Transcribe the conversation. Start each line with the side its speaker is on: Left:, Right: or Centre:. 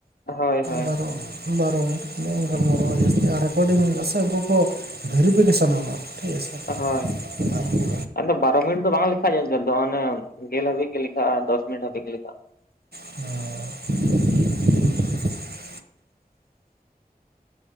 Left: ᱦᱳᱭ ᱦᱳᱭ
Right: ᱵᱟᱨ ᱵᱟᱨᱚ <unintelligible> ᱢᱴ ᱛᱤᱱᱟᱹ ᱢᱤᱱᱴᱟᱞ ᱢᱚᱨ ᱡᱥᱛᱤ ᱟᱨ ᱨᱮᱠᱚᱨᱰᱤᱝ ᱥᱮ ᱜᱯᱚ ᱵᱷᱮᱨᱤᱯᱷᱤᱠᱮᱥᱚᱱ ᱚᱱᱟ ᱴᱷᱤᱠ ᱟᱪᱷᱮ
Left: ᱦᱳᱭ
Right: ᱟᱨ <unintelligible>
Left: ᱟᱫᱚ ᱵᱟᱨᱚ ᱢᱤᱱᱤᱴ ᱫᱚ ᱵᱟᱝ ᱞᱮᱠᱷᱟᱜ-ᱟ ᱚᱱᱮ ᱜᱮᱞ ᱦᱟᱵᱤᱡ ᱜᱮ ᱞᱮᱠᱷᱟᱜᱼᱟ ᱫᱚᱥ ᱢᱤᱱᱤᱴ ᱦᱟᱵᱤᱡ ᱜᱮ ᱞᱮᱠᱷᱟᱜᱼᱟ᱾
Right: ᱟᱨ <inaudible>